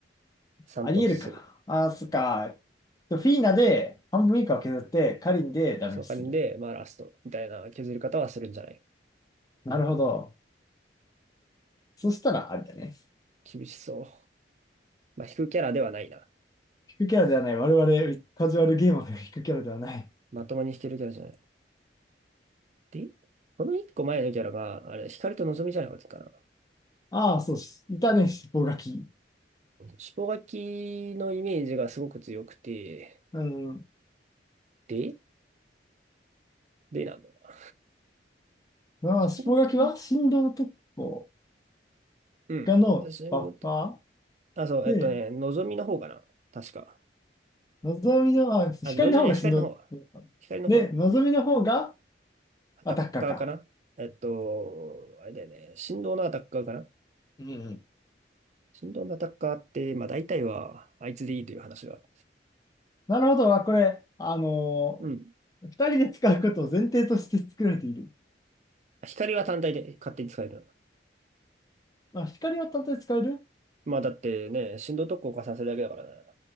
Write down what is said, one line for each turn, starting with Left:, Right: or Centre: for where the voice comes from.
Right: 三突する。
Left: ありえるか。ああ、そっか。フィーナで半分以下を削ってカリンでダメージする。
Right: セフカリンで、まあラストみたいな削り方はするんじゃない。
Left: なるほど。そしたらあれだね。
Right: 厳しそう。まあ、引くキャラではないな。
Left: 引くキャラではない。我々カジュアルゲーマーが引くキャラではない。
Right: まともに引けるキャラじゃない。で、この一個前のキャラが、あれ、光と望みじゃなかったか
Left: ああ、そうし、いたね、尻尾書き。
Right: な。尻尾書きのイメージがすごく強くて、
Left: うん。
Right: で、でなんだよな。
Left: まあ、
Right: 尻尾書き
Left: 尻尾書きは振動特攻
Right: うん。
Left: がのバッファ
Right: 私もあ、そう、
Left: ーで、
Right: えっとね、のぞみの方かな確か。
Left: のぞみの、あ、光の方が振動。
Right: あ、のぞみじゃない、光の方。光の方。
Left: で、のぞみの方が
Right: アタッカーかなえっと、
Left: アタッカーか。
Right: あれだよね。振動のアタッカーかな
Left: うん
Right: 振動のアタッカーって、まあ大体は、あいつでいいという話が。
Left: なるほど。あ、これ、あの
Right: うん。
Left: ー、二人で使うことを前提として作られている。
Right: 光は単体で勝手に使える。
Left: まあ、光は単体で使える
Right: まあだってね、振動特効加算するだけだからね。